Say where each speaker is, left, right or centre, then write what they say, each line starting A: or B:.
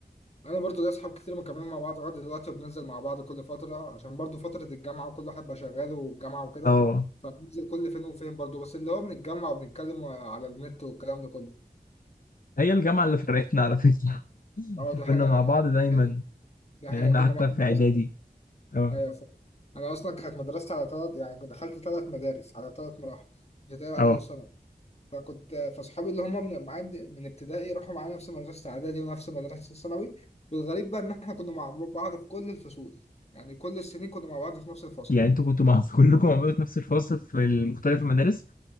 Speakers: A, on the left; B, on the left.
A: انا برضو ليا اصحاب كتير مكملين مع بعض لغايه دلوقتي وبننزل مع بعض كل فتره عشان برضو فتره الجامعه وكل واحد بقى شغال والجامعه وكده
B: اه
A: فبننزل كل فين وفين برضو بس اللي هو بنتجمع وبنتكلم على النت والكلام ده كله
B: هي الجامعه اللي فرقتنا على فكره <laughs>
A: اه ده حقيقه
B: كنا مع
A: يعني
B: بعض دايما
A: دي حقيقه دي
B: لان
A: حقيقه
B: احنا
A: كنا
B: حتى
A: م- انا
B: في اعدادي
A: اصلا
B: اه
A: ايوه ف... انا اصلا كانت مدرستي على ثلاث يعني كنت دخلت ثلاث مدارس على ثلاث مراحل ابتدائي واعدادي
B: اه
A: وثانوي فكنت فاصحابي اللي هم من معاد من ابتدائي راحوا معايا نفس مدرسة إعدادي ونفس مدرسة ثانوي والغريب بقى إن إحنا كنا مع بعض في كل الفصول يعني كل السنين كنا مع بعض في نفس الفصل
B: يعني انتوا كنتوا مع <laughs> كلكم مع بعض في نفس الفصل في مختلف المدارس